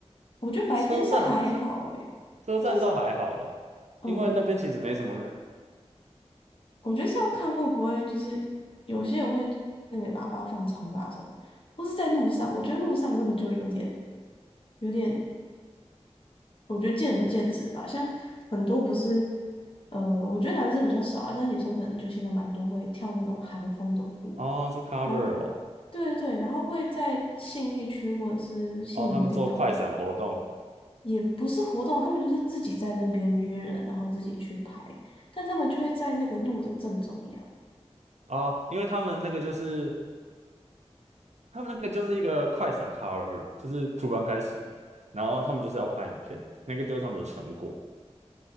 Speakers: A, on the left; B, on the right.
A: 我觉得白天是还好诶，
B: 车站车车站倒还好啦，
A: 但是嗯，
B: 因为那边其实没什么人。
A: 我觉得是要看会不会就是有些人会那个喇叭放超大声，或是在路上，我觉得路上那个就有点有点。我觉得见仁见智吧，像很多不是，呃，我觉得男生比较少啊，但是女生可能就现在蛮多会跳那种韩风的舞，
B: 哦，做 cover
A: 然后，
B: 哦，
A: 对对对，然后会在信义区或者是西门町那种地方，
B: 哦，他们做快闪活动
A: 也不是活动，他们就是自己在那边约人，然后自己去拍，但他们就会在那个路的正中央，
B: 哦，因为他们那个就是他们那个就是一个快闪 cover，就是突然开始，然后他们就是要拍影片，那个就是他们的成果。